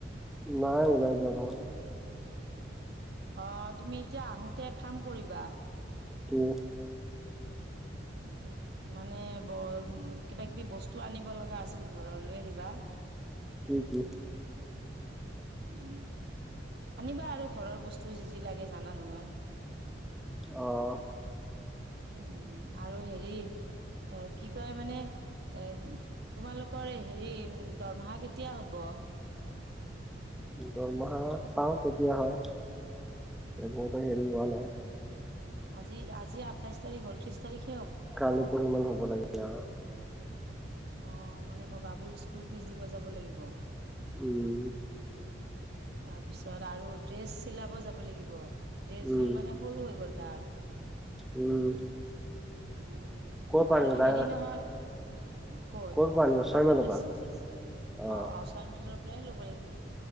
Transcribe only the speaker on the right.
অঁ, তুমি এতিয়া আহোতে এক কাম কৰিবা?
উম মানে ব উম কিবা কিবি বস্তু আনিব লগা আছে আছিল ঘৰৰ লৈ আহিবা।
উম আনিবা আৰু ঘৰৰ বস্তু যি যি লাগে জানা নহয়?
উম আৰু হেৰি এ কি কয় মানে এ তোমালোকৰ হেৰি দৰমহা কেতিয়া হ'ব?
আজি আজি আঠাইশ তাৰিখ হল ত্ৰিশ তাৰিখ
অঁ, মানে মই বাবুৰ স্কুল ফিজ দিব যাব লাগিব।
তাৰপিছত আৰু ড্ৰেছ চিলাব যাব লাগিব ড্ৰেছযোৰ
মানে সৰু হৈ গ'ল তাৰ।
উম
আৰু
হেৰি নহয় ক'ত
ৰাজু
ড্ৰেছেছ
অঁ,
অঁ চয় মেলৰ পৰাই ল'ব লাগিব।